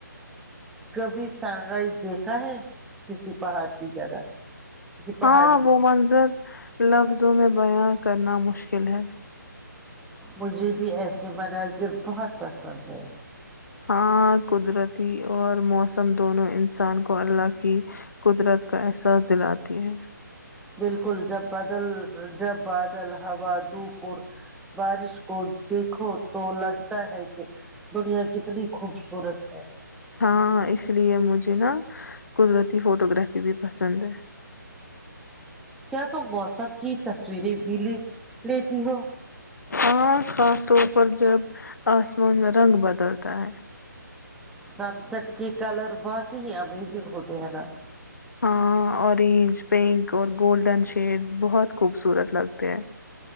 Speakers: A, in the centre; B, on the left.
A: کبھی سن رائز دیکھا ہے کسی پہاڑ کی جگہ کسی
B: ہاں
A: پہاڑی جگہ
B: وہ منظر لفظوں میں بیاں کرنا مشکل ہے
A: مجھے بھی ایسے مناظر بہت پسند ہے
B: ہاں قدرتی اور موسم دونوں انسان کو اللہ قدرت کا احساس دلاتی ہے
A: بالکل جب بدل جب بادل ہوا دپور بارش کو دیکھو تو لگتا ہے کہ دنیا کتنی خوبصورت ہے
B: ہاں اس لیے مجھے نا قدرتی فوٹو گرافی بھی پسند ہے
A: کیا تم موسم کی تصویریں بھی ل لیتی ہو
B: ہاں خاص طور پر جب آسمان میں رنگ بدلتا ہے
A: سن سٹ کے کلر باقی ہی امیزنگ ہوتے ہیں نا
B: ہاں اورینج پنک اور گولڈن شیڈز بہت خوبصورت لگتے ہیں